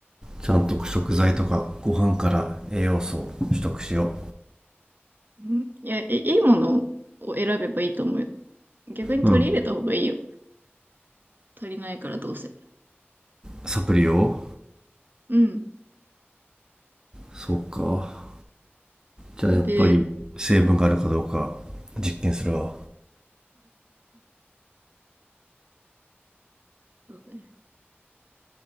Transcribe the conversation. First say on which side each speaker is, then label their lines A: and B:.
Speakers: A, on the right; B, on the right.
A: ちゃんと食材とかご飯から栄養素を取得しよ
B: うんいや、いいいものを選べばいいと思うよ。逆に取り入れた方がいいよ。
A: ううん
B: 足りないからどうせ。
A: サプリを
B: うん。
A: そうかじゃあやっぱり成分があるかどうか
B: ブ
A: 実験するわ
B: <laughs> そうだね